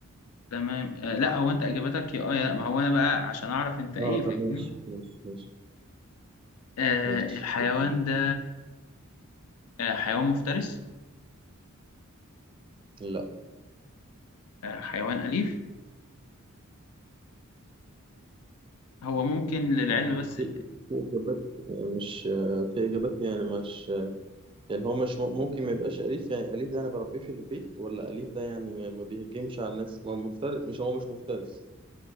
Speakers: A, on the left; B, on the right.
A: تمام آه لا هو انت اجابتك يا اه يا لا ما هو انا بقى عشان اعرف انت ايه
B: اه
A: فاهمني
B: طب ماشي ماشي ماشي
A: آه
B: ماشي
A: الحيوان
B: اوكي
A: ده آه حيوان مفترس
B: لا
A: آه حيوان اليف هو ممكن للعلم
B: ما هو
A: بس
B: في في إجابات يعني مش في إجابات يعني مش يعني هو مش م- ممكن ما يبقاش أليف يعني أليف ده أنا بربيه في البيت ولا أليف ده يعني ما ما بيهجمش على الناس ما هو مفترس مش هو مش مفترس